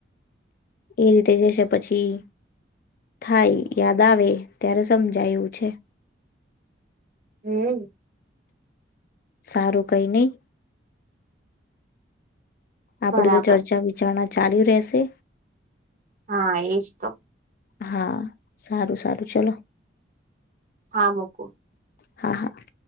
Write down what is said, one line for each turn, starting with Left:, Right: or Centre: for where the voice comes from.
Left: એ રીતે જે પછી થાય યાદ આવે ત્યારે સમજાયું છે.
Right: હમ
Left: સારું કઈ નહી આપડી
Right: બરાબર
Left: તો ચર્ચા વિચારણા ચાલી રહેશે
Right: હા એજ તો
Left: હા સારું સારું ચલો
Right: હા મોકુ
Left: હા હા